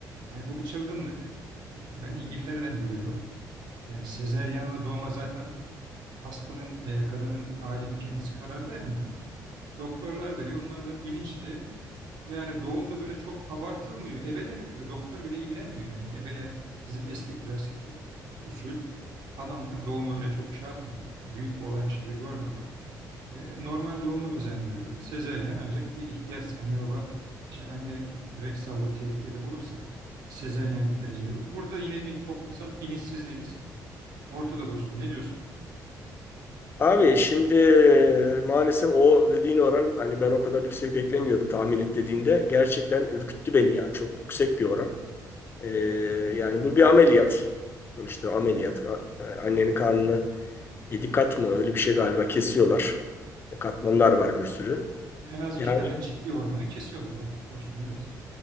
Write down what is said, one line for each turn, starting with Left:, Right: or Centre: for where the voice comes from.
Right: Yani bu bir çılgınlık. İşte ben İngiltere'den biliyorum. Yani sezeryanla doğuma zaten hastanın veya kadının ailenin kendisi karar vermiyor. Doktorlar veriyor. Onlar da bilinçli. Yani doğum da böyle çok abartılmıyor. Ebeler yapıyor. Doktor bile ilgilenmiyor yani. Ebeler bizim eski klasik usul. Adamlar doğumu öyle çok şey yapmıyorlar. Büyük bir olaymış gibi görmüyorlar. Ve normal doğumu özendiriyorlar. Sezeryen ancak bir ihtiyaç anne baba şey anne bebek sağlığı tehlikede olursa sezeryeni tercih ediyorlar. Burada yine bir toplumsal bilinçsizliğimiz ortada dostum. Ne diyorsun?
Left: Abi şimdi maalesef o dediğin oran hani ben o kadar yüksek beklemiyordum tahmin et dediğinde. Gerçekten ürküttü beni yani çok yüksek bir oran. Ee, yani bu bir ameliyat. İşte ameliyat. A- e, Annenin karnını yedi kat mı öyle bir şey galiba kesiyorlar. E, Katmanlar var bir sürü.
Right: En az iki
Left: Yani
Right: tane ciddi organı kesiyorlar. O dostum evet.